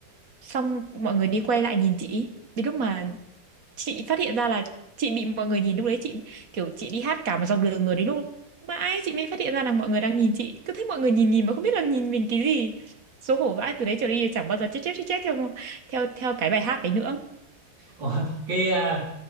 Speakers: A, on the right (about 50°); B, on the right (about 80°).
A: xong mọi người đi quay lại nhìn chị đến lúc mà chị phát hiện ra là chị bị mọi người nhìn lúc đấy chị kiểu chị đi hát cả một dọc đường rồi đến lúc mãi chị mới phát hiện ra là mọi người đang nhìn chị cứ thấy mọi người nhìn nhìn mà không biết là nhìn mình cái gì xấu hổ vãi từ đấy trở đi chẳng bao giờ chết chết chết chết theo theo theo cái bài hát đấy nữa
B: Ủa, cái ờ,